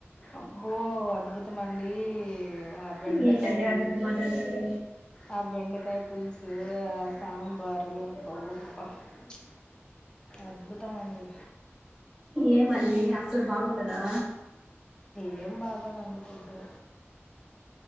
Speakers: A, on the left; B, on the right.
A: అబ్బో అద్భుతమండీ ఆ బెండకాయి
B: ఏంటండి అంత మాట అంటారు
A: ఆ బెండకాయి పులుసు ఆ సాంబారు బబ్బబబ్బ ప్చ్. అద్భుతం అండి
B: ఏమండి అస్సలు బాగుండదా
A: ఏం బాగోదండి ఫుడ్డు